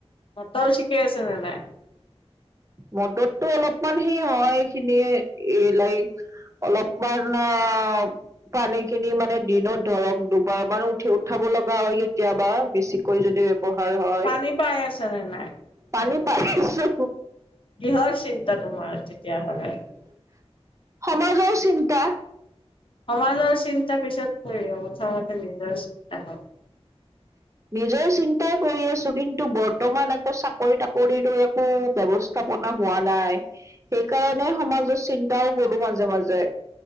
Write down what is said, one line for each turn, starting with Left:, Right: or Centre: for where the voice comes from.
Left: মটৰ ঠিকে আছে নে নাই
Right: মটৰটো অলপমান সেই হয় এইখিনিয়ে এই লাইক। অলপমান অ', পানী খিনি মানে দিনত ধৰক দুবাৰ মান উঠি উঠাব লগা হয় কেতিয়াবা বেছিকৈ যদি। ব্যৱহাৰ হয়,
Left: পানী পাই আছা নে নাই
Right: পানী পাইছো।
Left: কিহৰ চিন্তা তোমাৰ তেতিয়াহলে
Right: সমাজৰ চিন্তা।
Left: সমাজৰ চিন্তা পিছত কৰিবা প্ৰথমতে নিজৰ চিন্তা কৰা।
Right: নিজৰ চিন্তা, কৰি আছো কিন্তু বৰ্তমান একো চাকৰি তাকৰিও একো ব্যৱস্থাপনা হোৱা নাই। সেইকাৰণে সমাজৰ চিন্তাও কৰো মাজে-মাজে।